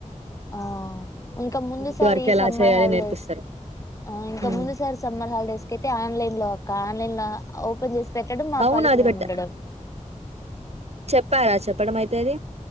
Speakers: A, on the left; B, on the right.
A: ఆ ఇంకా ముందు
B: మీకు
A: సారి
B: వర్క్
A: ఈ
B: ఎలా
A: సమ్మర్
B: చేయాలి
A: హాలిడేస్
B: నేర్పిస్తారు
A: ఆ ఇంకా
B: ఉమ్
A: ముందుసారి సమ్మర్ హాలిడేస్ క అయితే ఆన్లైన్ లో ఆన్లైన్ లో ఓపెన్ చేసి పెట్టడం మా
B: అవును
A: పాడికి
B: అది
A: మేము
B: పెట్ట
A: ఉండడం
B: చెప్పారా చెప్పడం అయితే అది